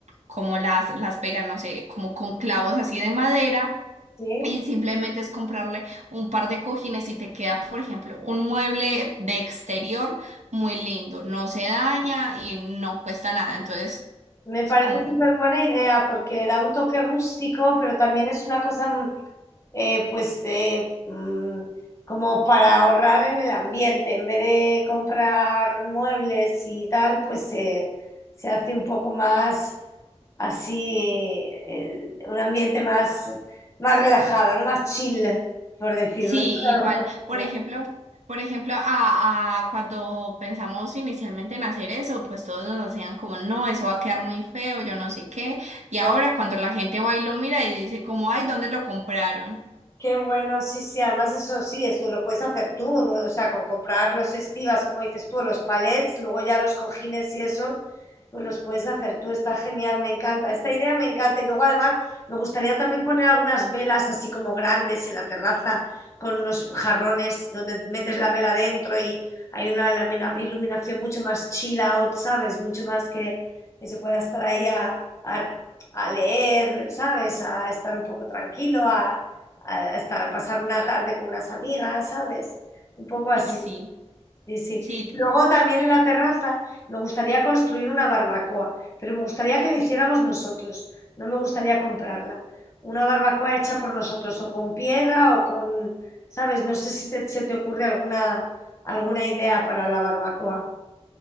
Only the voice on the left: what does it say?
¿sí?
Me parece
súper buena idea porque le da un toque rústico, pero también es una cosa eh, pues eh, mm, como para ahorrar en el ambiente, en vez de comprar muebles y tal, pues eh, se hace un poco más así, eh, un ambiente más, más relajado, ¿no? Más chill, por decirlo.
¿no? De
alguna
manera.
¿no?
Qué bueno, sí, sí, además eso sí, eso lo puedes hacer tú, ¿no? O sea, con comprar los estivas, como dices tú, o los palets, luego ya los cojines y eso, pues los puedes hacer tú, está genial, me encanta, esta idea me encanta. Y luego además me gustaría también poner algunas velas así como grandes en la terraza, con unos jarrones donde metes la vela dentro y hay una lamina- iluminación mucho más chill out, ¿sabes? Mucho más que, que se pueda estar ahí a, a- a leer, ¿sabes? A estar un poco tranquilo, a eh, hasta pasar una tarde con unas amigas, ¿sabes? Un poco así,
sí, sí.
Luego también en la terraza me gustaría construir una barbacoa, pero me gustaría que la hiciéramos nosotros, no me gustaría comprarla. Una barbacoa hecha por nosotros, o con piedra o con, ¿sabes? No sé si te- se te ocurre alguna, alguna idea para la barbacoa.